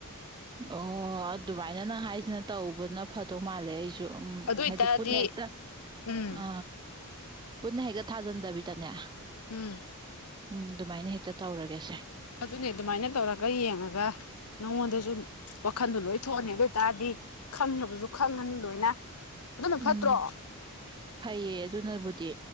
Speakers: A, on the right (about 20°); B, on the left (about 80°).
A: ꯑꯣ ꯑꯗꯨꯃꯥꯏꯅ ꯅꯪ ꯍꯥꯏꯁꯤꯅ ꯇꯧꯕꯅ ꯐꯗꯧ ꯃꯥꯜꯂꯦ ꯑꯩꯁꯨ ꯎꯝ
B: ꯑꯗꯨ ꯑꯣꯏꯇꯥꯔꯗꯤ
A: ꯍꯥꯏꯗꯤ ꯄꯨꯟꯅꯛꯇ
B: ꯎꯝ
A: ꯑ ꯄꯨꯟꯅ ꯍꯦꯛꯇ ꯊꯥꯖꯟꯗꯕꯤꯗꯅꯦ
B: ꯎꯝ
A: ꯎꯝ ꯑꯗꯨꯃꯥꯏꯅ ꯍꯦꯛꯇ ꯇꯧꯔꯒꯦꯁꯦ
B: ꯑꯗꯨꯅꯦ ꯑꯗꯨꯃꯥꯏꯅ ꯇꯧꯔꯒ ꯌꯦꯡꯉꯒ ꯅꯪꯉꯣꯟꯗꯁꯨ ꯋꯥꯈꯟꯗꯣ ꯂꯣꯏ ꯊꯣꯛꯑꯅꯤ ꯑꯗꯨ ꯑꯣꯏꯇꯥꯔꯗꯤ ꯈꯪꯅꯕꯁꯨ ꯈꯪꯉꯅꯤ ꯂꯣꯏꯅ ꯑꯗꯨꯅ
A: ꯎꯝ
B: ꯐꯠꯇ꯭ꯔꯣ
A: ꯐꯩꯌꯦ ꯑꯗꯨꯅꯕꯨꯗꯤ